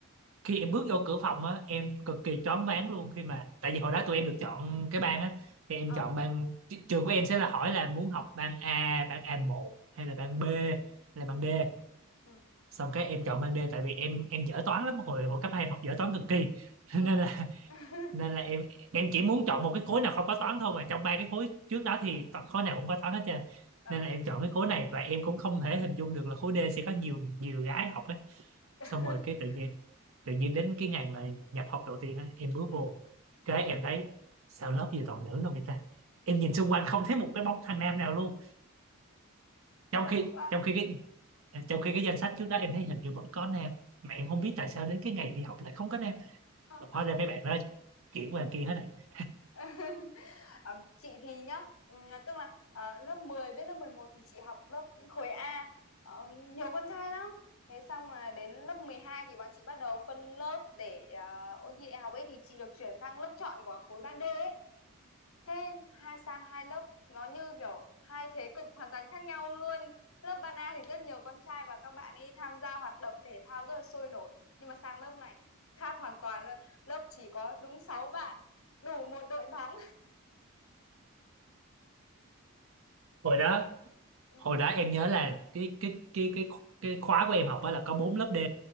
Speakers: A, on the right; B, on the left.
A: khi em bước vô cửa phòng á em cực kỳ choáng váng luôn khi mà tại vì hồi đó tụi em được chọn cái ban á thì em
B: Ờ.
A: chọn ban tr- trường của em sẽ là hỏi là muốn học ban A, ban a một hay là ban
B: Ừ.
A: B hay là ban
B: Ừ.
A: D.
B: Ừ.
A: Xong cái em chọn ban D tại vì em em dở toán lắm hồi hồi cấp 2 em học dở toán cực kỳ <laughs>
B: Ừ.
A: nên là
B: <laughs>
A: nên là em em chỉ muốn chọn một cái khối nào không có toán thôi và trong ba cái khối trước đó thì to- khối nào cũng có toán hết trơn
B: Ờ.
A: nên là em chọn cái khối này và em cũng không thể hình dung được là khối D sẽ có nhiều nhiều gái học á
B: <laughs>
A: xong rồi cái tự nhiên tự nhiên đến cái ngày mà nhập học đầu tiên á em bước
B: Ừ.
A: vô cái em thấy sao lớp gì toàn nữ không vậy ta em nhìn xung quanh không thấy một cái bóng thằng nam nào luôn trong
B: Sốc
A: khi
B: quá.
A: trong khi cái trong khi cái danh sách trước đó em thấy hình như vẫn có nam mà em không
B: Ừ.
A: biết tại sao đến cái ngày đi học lại không có nam
B: Ờ.
A: hóa ra mấy bạn đó chuyển qua kia hết rồi
B: <laughs> Ờ, chị thì nhá, ừ, tức là ờ, lớp 10 với lớp 11 thì chị học lớp khối A. Ờ, nhiều con trai lắm. Thế xong là đến lớp 12 thì bọn chị bắt đầu phân lớp để ờ, ôn thi đại học ấy thì chị được chuyển sang lớp chọn của khối ban D ấy. thế hai sang hai lớp nó như kiểu hai thế cực hoàn toàn khác nhau luôn lớp ban A thì rất nhiều con trai và các bạn ấy tham gia hoạt động thể thao rất là sôi nổi nhưng mà sang lớp này khác hoàn toàn luôn lớp chỉ có đúng sáu bạn đủ một đội bóng
A: hồi đó
B: <laughs> ừ,
A: hồi đó em nhớ là cái cái cái cái cái khóa của em học á là có 4 lớp D